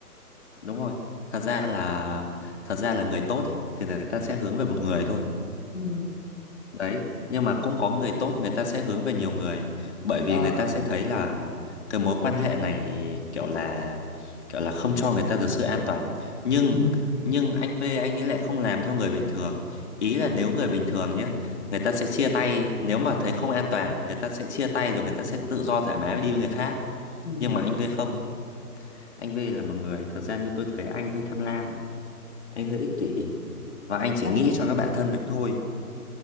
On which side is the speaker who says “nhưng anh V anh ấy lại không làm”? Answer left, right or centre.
Left